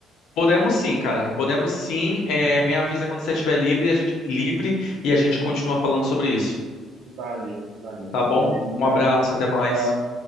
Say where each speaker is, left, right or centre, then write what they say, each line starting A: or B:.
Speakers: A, on the left; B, on the right.
A: Podemos sim, cara. Podemos sim. É, me avisa quando você estiver livre, a gente livre e a gente continua falando sobre isso.
B: Valeu, valeu.
A: Tá bom?
B: Beleza, então.
A: Um abraço,
B: Tchau,
A: até mais.
B: tchau.